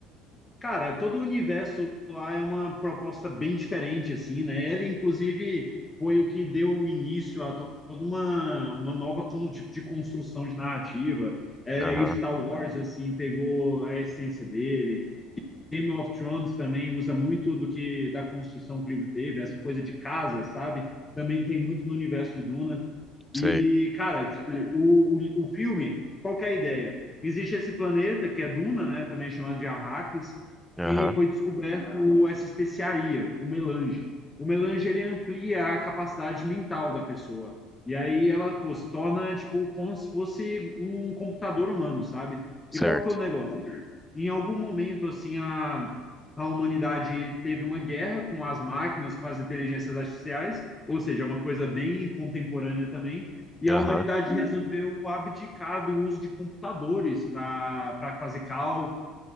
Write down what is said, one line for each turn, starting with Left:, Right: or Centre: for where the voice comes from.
Left: Cara, todo o universo lá é uma proposta bem diferente, assim, né? Ele, inclusive, foi o que deu início a to- toda uma, uma nova con- tipo de construção de narrativa. É,
Centre: Aham,
Left: e Star Wars, assim, pegou a essência dele. Game of Thrones também usa muito do que da construção que o livro teve, essa coisa de casa, sabe? Também tem muito no universo de Duna. E,
Centre: sei.
Left: cara, tipo, o, o, o filme, qual que é a ideia? Existe esse planeta, que é Duna, né? Também é chamado de Arrakis,
Centre: Aham,
Left: que foi descoberto essa especiaria, o melange. O melange, ele amplia a capacidade mental da pessoa. E aí ela, pô, se torna, tipo, como se fosse um computador humano, sabe?
Centre: certo.
Left: E qual que foi o negócio? em algum momento, assim, a, a humanidade teve uma guerra com as máquinas, com as inteligências artificiais, ou seja, é uma coisa bem contemporânea também, e
Centre: Aham.
Left: a humanidade resolveu abdicar do uso de computadores para para fazer cálculo,